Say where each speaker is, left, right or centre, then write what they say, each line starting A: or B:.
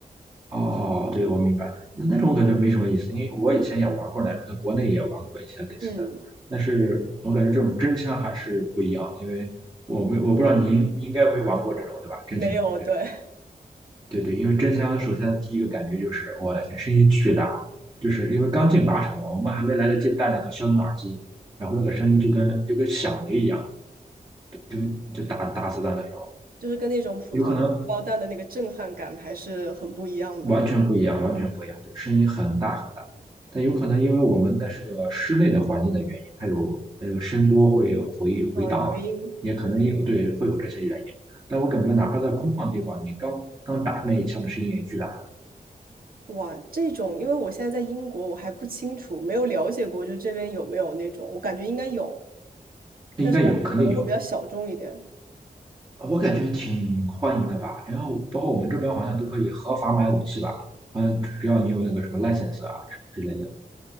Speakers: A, on the right; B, on the right.
A: 哦，对，我明白。那种我感觉没什么意思，因为我以前也玩过那种，在国内也玩过一些类似的，
B: 嗯，
A: 但是我感觉这种真枪还是不一样，因为我没我不知道您您应该没玩过这种对吧？真枪，
B: 没有，
A: 对
B: 对，
A: 对对，因为真枪首先第一个感觉就是我的天，声音巨大，就是因为刚进靶场嘛，我们还没来得及戴那个消音耳机，然后那个声音就跟就跟响雷一样，就就打打子弹的时候，
B: 就是跟那种普通包弹的那个震撼感还是很不一样的。
A: 有可能完全不一样，完全不一样，对，声音很大很大。但有可能因为我们那是个室内的环境的原因，它有它个声波会回回荡，
B: 啊，有回音。
A: 也可能有对会有这些原因。但我感觉哪怕在空旷的地方，你刚刚打那一枪的声音也巨大，
B: 哇，这种，因为我现在在英国，我还不清楚，没有了解过，就这边有没有那种，我感觉应该有，
A: 应该有，
B: 但是感觉可能会比较小众一点。
A: 肯定有。我感觉挺欢迎的吧。然后包括我们这边好像都可以合法买武器吧，好像只要你有那个什么 license 啊之类的。